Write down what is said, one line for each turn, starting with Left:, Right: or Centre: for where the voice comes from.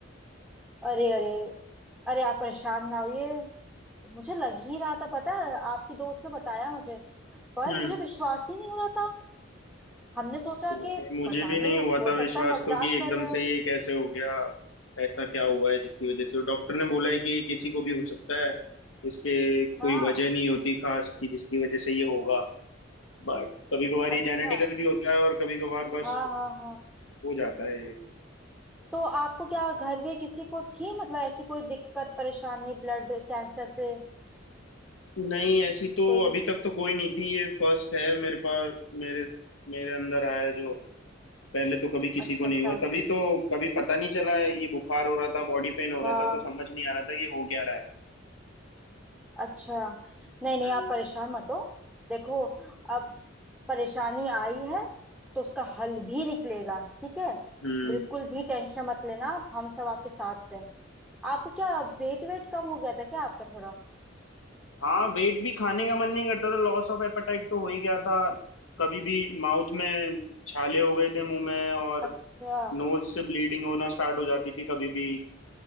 Centre: अरे अरे अरे आप परेशान ना होइए मुझे लग ही रहा था पता है आपकी दोस्त ने बताया मुझे पर
Left: हम्म,
Centre: मुझे विश्वास ही नहीं हो रहा था हमने सोचा
Left: और
Centre: कि
Left: मुझे
Centre: पता
Left: भी
Centre: नहीं
Left: नहीं हुआ
Centre: हो
Left: था
Centre: सकता
Left: विश्वास
Centre: है मजाक
Left: तो कि एकदम
Centre: कर रहे हो
Left: से ये कैसे हो गया ऐसा क्या हुआ है जिसकी वजह से डॉक्टर ने बोला है कि ये किसी को भी हो सकता है इसके कोई
Centre: हाँ
Left: वजह नहीं होती खास कि जिसकी वजह से ये होगा बट कभी कभार ये
Centre: अच्छा
Left: जेनेटिकल भी होता है और कभी कभार बस
Centre: हाँ
Left: हो
Centre: हाँ हाँ
Left: हो जाता है ये
Centre: तो आपको क्या घर में किसी को थी मतलब ऐसी कोई दिक्कत परेशानी ब्लड कैंसर से
Left: नहीं ऐसी तो
Centre: कोई
Left: अभी तक तो कोई नहीं थी ये फर्स्ट है मेरे पास मेरे मेरे अंदर आया है जो पहले तो कभी किसी
Centre: अच्छा
Left: को नहीं
Centre: अच्छा
Left: हुआ तभी तो कभी पता नहीं चला ये बुखार हो रहा था बॉडी पेन हो रहा
Centre: हाँ
Left: था तो समझ नहीं आ रहा था कि हो क्या रहा
Centre: अच्छा नहीं नहीं
Left: है
Centre: आप परेशान मत हो देखो अब परेशानी आई है तो उसका हल भी निकलेगा ठीक है
Left: हम्म
Centre: बिल्कुल भी टेंशन मत लेना आप हम सब आपके साथ हैं आपको क्या वेट वेट कम हो गया था क्या आपका थोड़ा
Left: हाँ वेट भी खाने का मन नहीं करता था लॉस ऑफ एपेटाइट तो हो ही गया था कभी भी माउथ में छाले हो गए थे मुंह में और
Centre: अच्छा
Left: नोज से ब्लीडिंग होना स्टार्ट हो जाती थी कभी भी